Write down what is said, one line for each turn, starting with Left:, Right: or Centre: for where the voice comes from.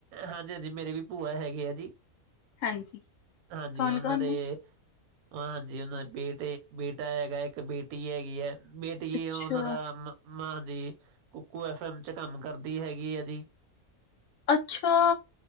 Right: ਹਾਂਜੀ ਹਾਂਜੀ ਮੇਰੇ ਵੀ ਭੂਆ ਹੈਗੇ ਆ ਜੀ।
Left: ਹਾਂਜੀ
Right: ਹਾਂਜੀ
Left: ਕੌਣ
Right: ਉਹਨਾਂ
Left: ਕੌਣ
Right: ਦੇ
Left: ਨੇ
Right: ਹਾਂਜੀ ਉਹਨਾਂ ਦੇ ਬੇਟੇ ਇੱਕ ਬੇਟਾ ਹੈਗਾ ਇੱਕ ਬੇਟੀ ਹੈਗੀ ਹੈ। ਬੇਟੀ
Left: ਅੱਛਾ
Right: ਉਹਨਾਂ ਦਾ ਮਾਂ ਜ ਕੁਕੂ ਐਫ ਐਮ ਚ ਕੰਮ ਕਰਦੀ ਹੈਗੀ ਹੈ। ਹਾਂਜੀ।
Left: ਅੱਛਾ